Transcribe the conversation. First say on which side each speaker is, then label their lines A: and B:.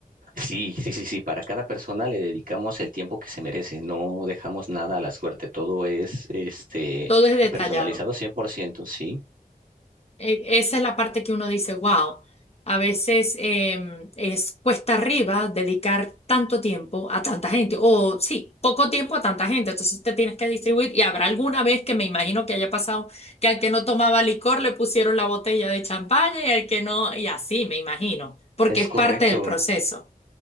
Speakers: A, on the right; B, on the left.
A: Sí, sí, sí, sí. Para cada persona le dedicamos el tiempo que se merece. No dejamos nada a la suerte. Todo es este
B: Todo es detallado.
A: personalizado 100%. sí.
B: e- Esa es la parte que uno dice, wow, a veces em, es cuesta arriba dedicar tanto tiempo a tanta gente, o sí, poco tiempo a tanta gente, entonces te tienes que distribuir y habrá alguna vez que me imagino que haya pasado que al que no tomaba licor le pusieron la botella de champaña y al que no, y así me imagino, porque
A: Es
B: es
A: correcto.
B: parte del proceso.